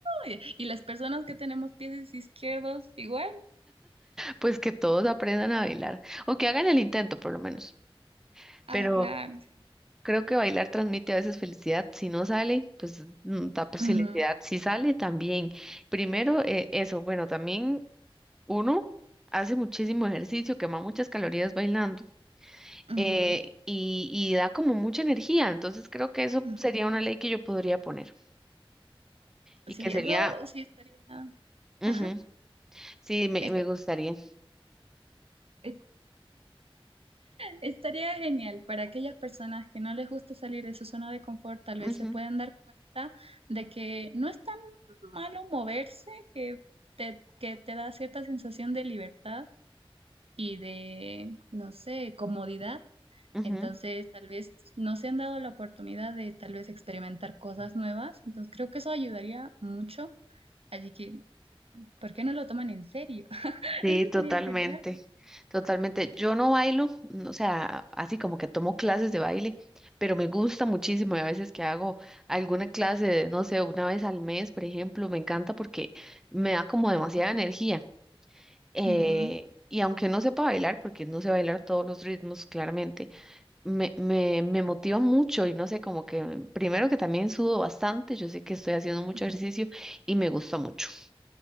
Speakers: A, on the right; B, in the centre.
A: y las personas que tenemos pies izquierdos igual.
B: Pues que todos aprendan a bailar o que hagan el intento por lo menos.
A: Ah,
B: Pero
A: claro. sí.
B: creo que bailar transmite a veces felicidad. Si no sale, pues mm, da pues,
A: Ujú,
B: felicidad. Si sale, también. Primero, eh, eso. Bueno, también uno hace muchísimo ejercicio, quema muchas calorías bailando.
A: ujú,
B: eh, y, y da como mucha energía. Entonces creo que eso
A: ujú.
B: sería una ley que yo podría poner y
A: Sí,
B: que sería,
A: eso sí estaría.
B: ujú,
A: Ajá.
B: sí, me,
A: Es-
B: me gustaría.
A: es- Estaría genial para aquellas personas que no les gusta salir de su zona de confort, tal
B: ujú,
A: vez se puedan dar cuenta de que no es tan malo moverse, que te, que te da cierta sensación de libertad y de, no sé, comodidad.
B: ujú,
A: Entonces, tal vez no se han dado la oportunidad de tal vez experimentar cosas nuevas. Entonces, creo que eso ayudaría mucho. Así que, ¿por qué no lo toman en serio? <laughs>
B: Sí,
A: Eso
B: totalmente,
A: sería genial.
B: totalmente. Yo no bailo, mm, o sea, así como que tomo clases de baile, pero me gusta muchísimo y a veces que hago alguna clase, de, no sé, una vez al mes, por ejemplo, me encanta porque me da como
A: Ujú,
B: demasiada energía. eh,
A: ujú,
B: y aunque no sepa bailar, porque no sé bailar todos los ritmos, claramente, me, me, me motiva mucho y no sé, como que primero que también sudo bastante, yo sé que estoy haciendo mucho
A: ujú,
B: ejercicio y me gusta mucho.